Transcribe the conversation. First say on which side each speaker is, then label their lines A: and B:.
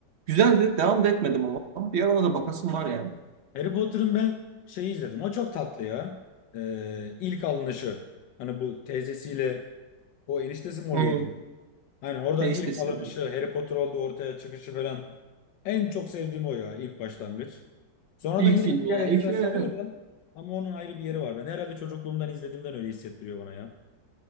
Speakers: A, on the right (about 65°); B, on the left (about 80°).
A: Güzeldi. Devam da etmedim ama. Bir ara ona da bakasım var yani.
B: Harry Potter'ın ben şeyi izledim. O çok tatlı ya. Ee, ilk alınışı. Hani bu teyzesiyle o eniştesi mi oluyordu?
A: Hmm.
B: Hani oradan
A: Ne
B: ilk
A: istesin.
B: alınışı Harry Potter oldu ortaya çıkışı falan. En çok sevdiğim o ya ilk başlangıç. Sonradan
A: İlk
B: yine
A: filmi
B: hikaye
A: ya.
B: güzel
A: İlk filmi
B: sarıyor
A: ne?
B: da ama onun ayrı bir yeri var. Ben herhalde çocukluğumdan izlediğimden öyle hissettiriyor bana ya.